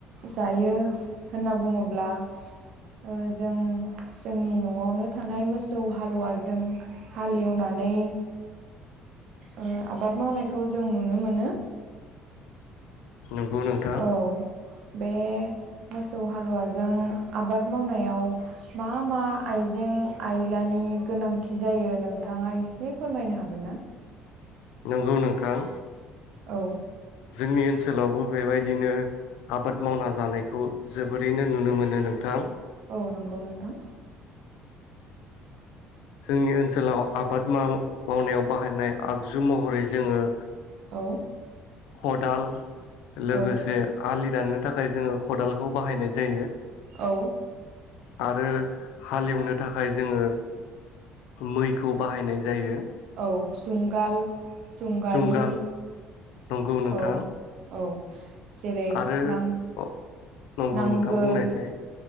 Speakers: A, on the right; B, on the left.
A: जायो होनना बुङोब्ला ओ जों जोंनि न'आवनो थानाय मोसौ हालुवाजों हालेएवनानै ओ आबाद मावनायखौ जों नुनो मोनो
B: नोंगौ नोंथां
A: औ बे मोसौ हालुवाजों आबाद मावनायाव मा मा आइजें आयलानि गोनांथि जायो नोंथाङा एसे फोरमायनो हागोन ना?
B: नंगौ नोंथां
A: औ
B: जोंनि ओनसोलावबो बेबायदिनो आबाद मावना जानायखौ जोबोरैनो नुनो मोनो नोंथां
A: औ नंगौ नोंथां
B: जोंनि ओनसोलाव आबाद माव -मावनायाव बाहायनाय आगजु महरै जोङो
A: औ
B: खदाल लोगोसे
A: औ
B: आलि दाननो थाखाय जोङो खदाल खौ बाहायनाय जायो
A: औ
B: आरो हालेएवनो थाखाय जोङो मैखौ बाहायनाय जायो
A: औ जुंगाल जुंगालि
B: जुंगाल नंगौ नोंथां
A: औ औ जेरै
B: आरो
A: नां
B: औ नंगौ
A: नांगोल
B: नोंथां बुंनायसै